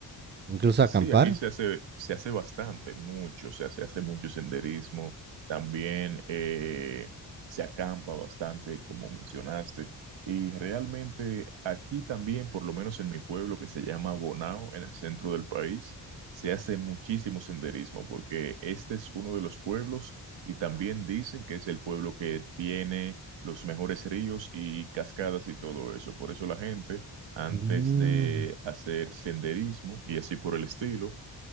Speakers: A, on the right; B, on the right.
A: Incluso
B: Sí,
A: acampar.
B: aquí se hace, se hace bastante, mucho, o sea, se hace mucho senderismo, también eh, se acampa bastante, como mencionaste, y realmente aquí también, por lo menos en mi pueblo que se llama Bonao, en el centro del país, se hace muchísimo senderismo, porque este es uno de los pueblos y también dicen que es el pueblo que tiene los mejores ríos y cascadas y todo eso, por eso la gente antes
A: Mm,
B: de hacer senderismo y así por el estilo.